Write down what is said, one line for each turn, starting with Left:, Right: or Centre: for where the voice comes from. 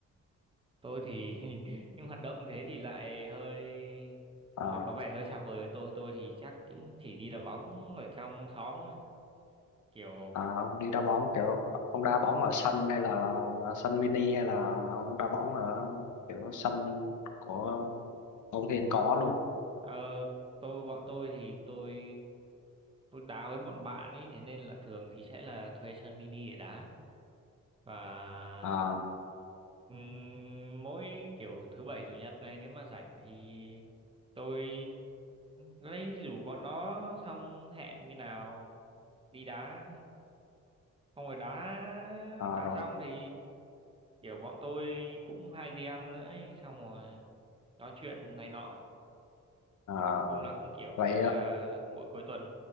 Right: Tôi thì <laughs> nhưng hoạt động thế thì lại hơi
Left: Ờ,
Right: hơi có vẻ hơi xa vời với tôi. Tôi thì chắc cũng chỉ đi đá bóng ở trong xóm thôi. Kiểu
Left: à, ông đi đá bóng kiểu ông đá bóng ở sân hay là sân mini hay là ông đá bóng ở kiểu sân của ông Hiền có luôn
Right: ờ, tôi bọn tôi thì tôi tôi đá với bọn bạn ấy thế nên là thường thì sẽ là thuê sân mini để đá và
Left: à,
Right: Ừm, mỗi kiểu thứ bảy chủ nhật này nếu mà rảnh thì tôi lấy rủ bọn nó xong hẹn như nào đi đá không rồi đá
Left: à
Right: đá
Left: rồi
Right: xong thì kiểu bọn tôi cũng hay đi ăn nữa ấy. xong rồi nói chuyện này nọ
Left: à,
Right: chung là cũng kiểu
Left: rồi
Right: như
Left: vậy
Right: là mỗi cuối tuần